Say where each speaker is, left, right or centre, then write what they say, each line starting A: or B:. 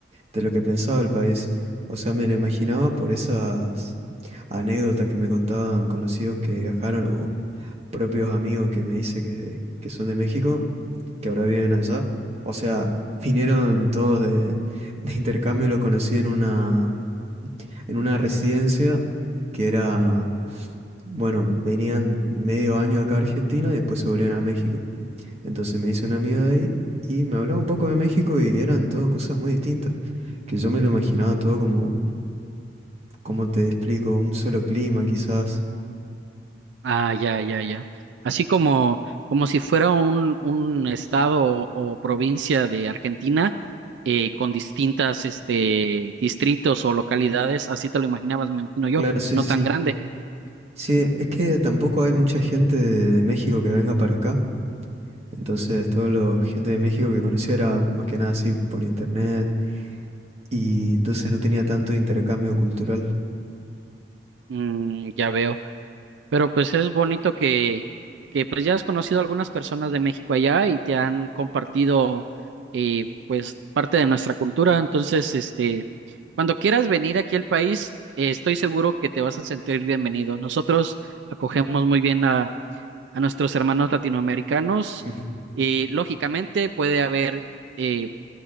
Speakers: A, on the right; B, on the right.
A: de lo que pensaba el país. O sea, me lo imaginaba por esas anécdotas que me contaban conocidos que viajaron o propios amigos que me dice que, que son de México, que ahora viven allá. O sea, vinieron todos de, <laughs> de intercambio, lo conocí en una, en una residencia que era, bueno, venían medio año acá a Argentina y después se volvían a México. Entonces me hice una amiga de ahí y me hablaba un poco de México y eran todas cosas muy distintas, que yo me lo imaginaba todo como, como te explico, un solo clima quizás.
B: Ah, ya, ya, ya. Así como, como si fuera un, un estado o, o provincia de Argentina eh, con distintas este, distritos o localidades, así te lo imaginabas, me imagino yo,
A: Claro, sí,
B: no
A: sí,
B: tan
A: sí.
B: grande.
A: Sí, es que tampoco hay mucha gente de, de México que venga para acá. Entonces, toda la gente de México que conocía era más que nada así por internet y entonces no tenía tanto intercambio cultural.
B: Mm, ya veo. Pero pues es bonito que, que pues ya has conocido a algunas personas de México allá y te han compartido eh, pues parte de nuestra cultura. Entonces, este, cuando quieras venir aquí al país, eh, estoy seguro que te vas a sentir bienvenido. Nosotros acogemos muy bien a, a nuestros hermanos latinoamericanos.
A: Mm,
B: Eh, lógicamente puede haber eh,